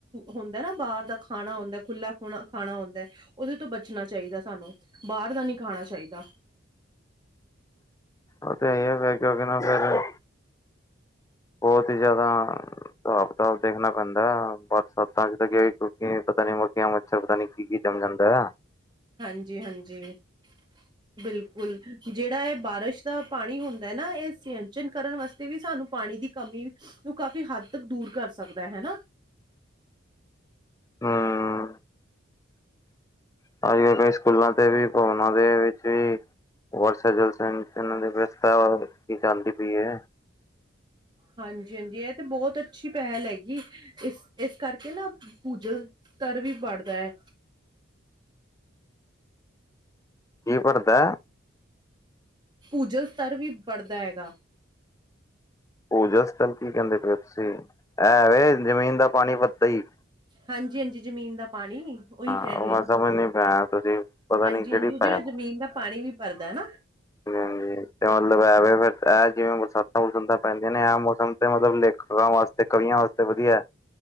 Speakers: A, on the right; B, on the left.
A: ਹੁੰਦਾ ਨਾ, ਬਾਰ ਦਾ ਖਾਣਾ ਹੁੰਦਾ, ਖੁਲ੍ਹਾਂ ਖੁਣਾ-ਖਾਣਾ ਹੁੰਦਾ। ਉਹਦੇ ਤੋਂ ਬਚਣਾ ਚਾਹੀਦਾ ਸਾਨੂੰ, ਬਾਹਰ ਦਾ ਨੀ ਖਾਣਾ ਚਾਹੀਦਾ।
B: ਉਹ ਤੇ ਇਹ ਏ ਫੇਰ ਕਿਉਕਿ ਨਾ ਫੇਰ, ਬਹੁਤ ਜ਼ਿਆਦਾ ਸਾਬ੍ਹ-ਕਿਤਾਬ ਦੇਖਣਾ ਪੈਂਦਾਂ, <unintelligible> ਕਿਉਂਕਿ ਪਤਾ ਨੀ ਕਿ ਅੱਛਾ, ਪਤਾ ਨੀ ਕੀ-ਕੀ ਜਮ ਜਾਂਦਾ
A: ਹਾਂਜੀ-ਹਾਂਜੀ।
B: <inaudible>
A: ਬਿਲਕੁਲ, ਜਿਹੜਾ ਇਹ ਬਾਰਿਸ਼ ਦਾ ਪਾਣੀ ਹੁੰਦਾ ਨਾ, ਇਹ ਸਯੰਚਨ ਕਰਨ ਵਾਸਤੇ ਵੀ ਸਾਨੂੰ ਪਾਣੀ ਦੀ ਕਮੀ ਵੀ, ਉਹ ਕਾਫ਼ੀ ਹੱਦ ਤੱਕ ਦੂਰ ਕਰ ਸਕਦਾ। ਹੈਨਾ।
B: ਹਾਂ। ਅੱਜ-ਕੱਲ੍ਹ ਕ‌ਈ ਸਕੂਲਾਂ ਤੇ ਵੀ ਭਵਨਾ ਦੇ ਵਿੱਚ ਵੀ ਵਰਸ ਜਲਸ ਇਹਨਾਂ ਦੀ ਵਿਸਥਾ ਕੀ ਚੱਲਦੀ ਪਈ ਏ।
A: ਹਾਂਜੀ-ਹਾਂਜੀ ਇਹ ਤੇ ਬਹੁਤ ਅੱਛੀ ਪਹਿਲ ਹੈਗੀ। ਇਸ-ਇਸ ਕਰਕੇ ਨਾ ਪੂਜਲ ਤਰ ਵੀ ਬੜਦਾ ਐ।
B: ਕੀ ਭਰਦਾ
A: ਭੂਜਲ ਸਤਰ ਵੀ ਬੜਦਾ ਹੈਗਾ।
B: ਪੂਜਾ ਸਥਲ ਕੀ ਕਹਿੰਦੇ ਪਏ ਓ ਤੁਸੀਂ, ਐ ਵੇ ਜ਼ਮੀਨ ਦਾ ਪਾਣੀ ਵੱਧਦਾ ਈ।
A: ਹਾਂਜੀ-ਹਾਂਜੀ, ਜ਼ਮੀਨ ਦਾ ਪਾਣੀ ਓਹੀ
B: ਹਾਂ
A: ਕਹਿ ਰੀ
B: ਉਹ ਮੈਂ
A: ਆ।
B: ਸਮਝ ਨੀ ਪਾਇਆ ਤੁਸੀਂ ਪਤਾ
A: ਹਾਂਜੀ-ਹਾਂਜੀ
B: ਨੀ ਕਿਹੜੀ
A: ਉਹ
B: ਭਾਸ਼ਾ
A: ਜਿਹੜਾ ਜ਼ਮੀਨ ਦਾ ਪਾਣੀ ਵੀ ਭਰਦਾ ਨਾ
B: <inaudible> 'ਤੇ ਮਤਲਬ ਐਵੇ ਫੇਰ ਇਹ ਜਿਵੇਂ ਬਰਸਾਤਾਂ-ਬਰਸੂਤਾਂ ਪੈਂਦੀਆਂ ਨੇ, ਇਹ ਮੌਸਮ ਤੇ ਮਤਲਬ ਲੇਖਕਾਂ ਵਾਸਤੇ ਤੇ ਕਵੀਆਂ ਵਾਸਤੇ ਵਧੀਆ।